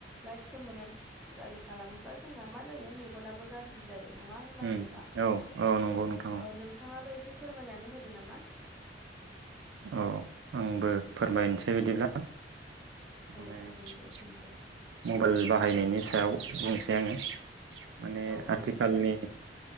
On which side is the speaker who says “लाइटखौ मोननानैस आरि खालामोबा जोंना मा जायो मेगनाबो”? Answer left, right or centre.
Centre